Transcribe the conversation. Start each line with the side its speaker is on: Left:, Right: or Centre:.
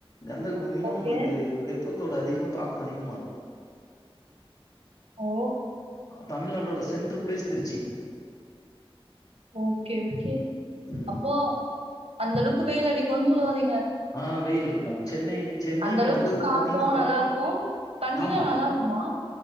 Left: கந்தக பூமினா
Right: ஓகே.
Left: உங்களுக்கு வெப்பத்தோட அதிக தாக்கொ அதிகமா இருக்கு
Right: ஓ
Left: தமிழ்நாடோட centre place Trichy
Right: okay okay
Left: ம்
Right: அப்போ அந்தளவ்க்கு வெயில் அடிக்குன் சொல்ல வரிங்க
Left: ஆ வெயில்ருக்கு சென்னை சென்னைக்கு
Right: அந்த அளவுக்கு
Left: அடுத்தது
Right: காத்தும்
Left: பாத்தீங்கனா தாக்கொ
Right: நல்லா இருக்கும். தண்ணிலாம்
Left: ஆமா
Right: நல்லா இருக்குமா?